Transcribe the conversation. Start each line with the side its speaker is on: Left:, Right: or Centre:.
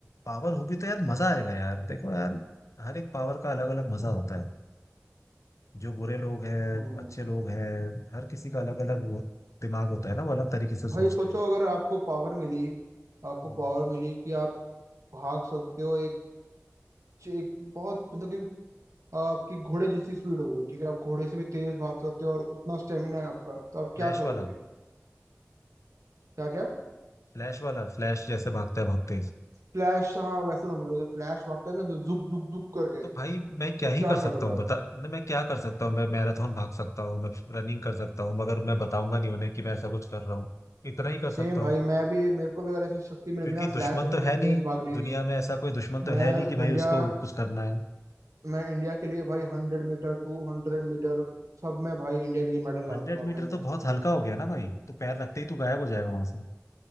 Left: पावर होगी तो यार मजा आएगा यार देखो यार हर एक पावर का अलग अलग मजा होता है जो बुरे लोग हैं
Right: हम्म
Left: अच्छे लोग हैं हर किसी का अलग अलग दिमाग होता है ना वो अलग तरीके से
Right: भाई
Left: सोचते
Right: सोचो
Left: हैं
Right: अगर आपको पावर मिली आपको
Left: हम्म।
Right: पावर मिली कि आप भाग सकते हो एक एक बहुत मतलब कि आपकी घोड़े जैसी स्पीड हो गई ठीक है आप घोड़े से भी तेज भाग सकते हो और उतना स्टेमिना है आपका तो आप
Left: फ्लैश
Right: क्या करोगे
Left: वाला
Right: क्या क्या
Left: फ्लैश वाला फ्लैश जैसे भागता है बहुत तेज
Right: फ्लैश हाँ वैसे समझ लो फ्लैश भागता है ना तो जुक जुक जुक करके
Left: तो भाई मैं
Right: तो
Left: क्या ही
Right: क्या
Left: कर
Right: करोगे
Left: सकता हूँ बता
Right: आप
Left: न, मैं क्या कर सकता हूँ मैं मैराथन भाग सकता हूँ मैं रनिंग कर सकता हूँ मगर मैं बताऊंगा नहीं उन्हें कि मैं ऐसा कुछ कर रहा हूँ इतना ही कर
Right: सेम
Left: सकता
Right: भाई
Left: हूँ
Right: मैं भी मेरे को भी अगर ऐसी शक्ति मिल
Left: क्योंकि
Right: गई ना फ्लैश
Left: दुश्मन
Right: ऐसे
Left: तो है नहीं
Right: तेज भागने
Left: दुनिया
Right: की
Left: में ऐसा कोई दुश्मन तो
Right: मैं
Left: है नहीं कि भाई
Right: इंडिया
Left: उसको कुछ करना है
Right: मैं इंडिया के लिए भाई हंड्रेड मीटर टू हंड्रेड मीटर सब में भाई इंडिया के लिए मेडल ला
Left: हंड्रेड
Right: दूंगा
Left: मीटर
Right: भाई
Left: तो
Right: मैं
Left: बहुत हल्का हो गया ना भाई तो पैर रखते ही तो गायब हो जाएगा वहां से